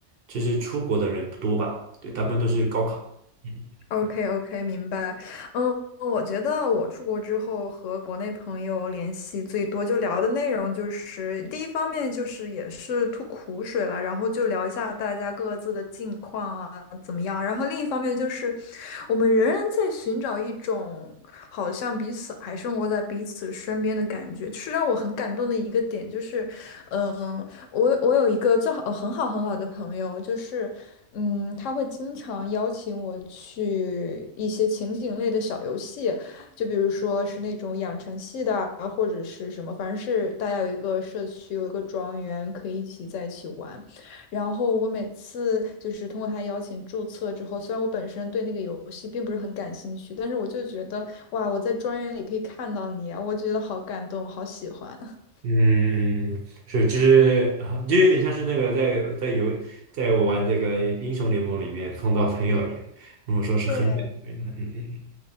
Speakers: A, on the right; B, on the left.
A: 就是出国的人不多吧，对，大部分都是高考。嗯
B: OK OK，明白。嗯，我觉得我出国之后和国内朋友联系最多，就聊的内容就是第一方面就是也是吐苦水了，然后就聊一下大家各自的近况啊怎么样。然后另一方面就是我们仍然在寻找一种好像彼此还生活在彼此身边的感觉，是让我很感动的一个点，就是嗯。我我有一个最好呃很好很好的朋友，就是嗯，他会经常邀请我去一些情景类的小游戏，就比如说是那种养成系的啊，或者是什么，反正是大家有一个社区，有一个庄园，可以一起在一起玩。然后我每次就是通过他邀请注册之后，虽然我本身对那个游戏并不是很感兴趣，但是我就觉得哇，我在庄园里可以看到你啊，我觉得好感动，我好喜欢。<laughs>
A: 嗯，是，就是啊就有点像是那个在在游，在我玩这个英雄联盟里面碰到朋友一样，如果说是很远的人，
B: 对
A: 嗯嗯嗯，